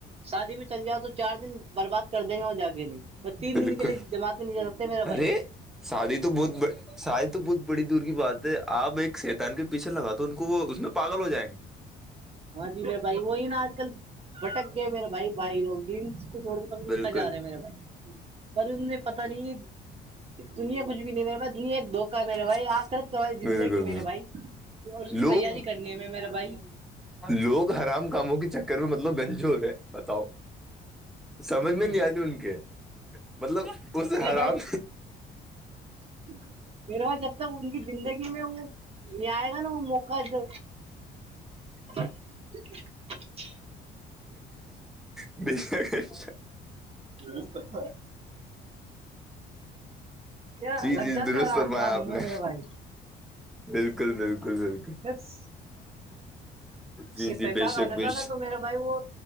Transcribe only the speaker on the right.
شادی مٹھ چل جاؤ تو چار دن برباد کر دیں گا وہ جا کے نہیں تو تین
دن نکلے جماعت میںہ نہیں جا ستے میرا بھائی
ہاں جی میرے بھائی وہی نا آج کل بھٹک گئے میرے بھائی بھائی لوگ کو چھوڑ کر توب لکھا
جا رہا ہے میرے بھائی پر ان نے پتا نہیں دنیا کچھ بھی نہیں میرے بھائی دنیا ایک دھوکا ہے میرے
بھائی آکرت تو ہماری زندگی میرے
بھائی اور اس کی
تیاری کرنے میں میرا بھائی
میرے
بھائی <inaudible> میرے ب جب تک ان کی زندگی میں وہ یہ آئے گا نا وہ موقع جو <inaudible>
یہ تو تو کیا
لگ
جاتے
آرام
کا
ممی
میرے بھائی
س
شتتا
رج
د <unintelligible> تو میرا بھائی وہ